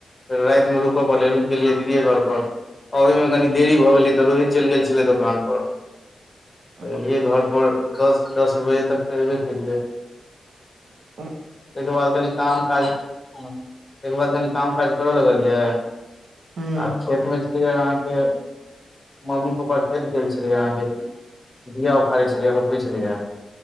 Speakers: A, on the left (about 25°); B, on the right (about 75°).
A: फेर रातिमें रुकय पड़लै, रुकि गेलियै दीदियए घर पर। अबै में कनी देरी भऽ गेलै तऽ रोहित चलि गेल छलै दोकान पर।
B: <inaudible>
A: त एलियै घर पर दस, दस बजे तक तऽ अयबे केलियै।
B: ह।
A: तेकर बाद कनि काम काज, तेकर बाद कनि काम काज करऽ लगलियै।
B: हँ
A: आ खेत में छलै अहाँके। मम्मी-पापा खेत गेल छलेै अहाँ के बिया उखाड़े छलेै, रोपे छेलेय।